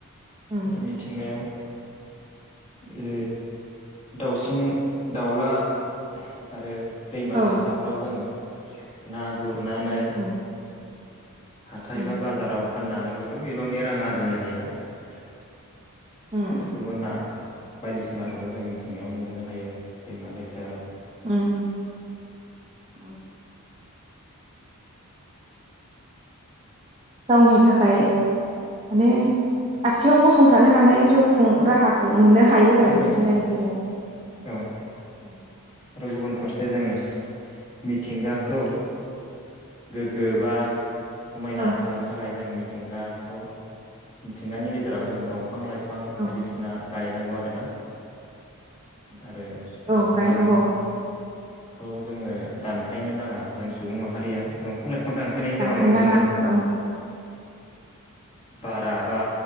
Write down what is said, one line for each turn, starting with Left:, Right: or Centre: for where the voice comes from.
Right: उम
Left: आरो मिथिंगायाव ए दाउसिन दाउला आरो दैमा
Right: औ
Left: दैसाफ्राव जों ना ग नानै
Right: उम
Left: हाथाय
Right: उम
Left: बा बाजाराव फाननानै गोबां बिबांनि रां आरजिनो हायोना सोरखौबो
Right: उम
Left: ना बायदिसिनाखौबो जों मिथिंगायावनो मोननो हायो दैमा दैसायाव
Right: ओम ओम गावनि थाखाय माने आथिङाव गसंथानो हानाय जिउ खुं राहाखौ मोननो हायो आरो
Left: जों
Right: मिथिंगानिफ्रायनो उम
Left: औ आरो गुबुनफा फिसायजों मिथिंगाखौ गोग्गो बा समायना
Right: औ
Left: खालामनो थाखाय जों मि मिथिंगाखौ मिथिंगानि गेजेराव जों दं फां लाइफां
Right: औ
Left: बायदिसिना गायनांगौ आरोना आरो
Right: औ
Left: दंफां
Right: गायनांगौ
Left: लाइफ आं खौ जोङो दानफायनो नाङा जों सुबुं माहारिया दंफां लाइफा खौ दानफायनायनि
Right: दानफायनो
Left: जाउनाव जोंनि
Right: नाङा औ
Left: बारा बा